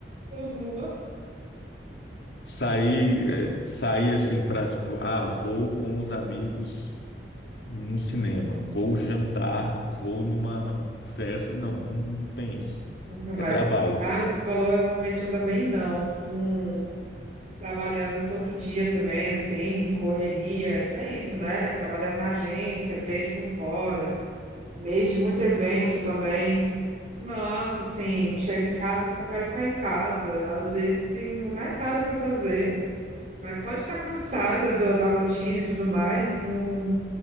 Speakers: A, on the right; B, on the left.
A: Uhum.
B: Sair, é, sair assim pra, tipo, ah, vou com os amigos no cinema, vou jantar, vou numa festa. Não, não, não tem isso.
A: Nunca
B: É
A: mais.
B: trabalho.
A: Cara, você falou, eu realmente eu também não. Um, trabalhando todo dia também, assim, correria, e que é isso, né? Trabalhando na agência, cliente por fora, mês de muito evento também. Nossa, assim, chega em casa e só quero ficar em casa. Às vezes tem um, mais nada para fazer, mas só de estar cansada do- da rotina e tudo mais, não,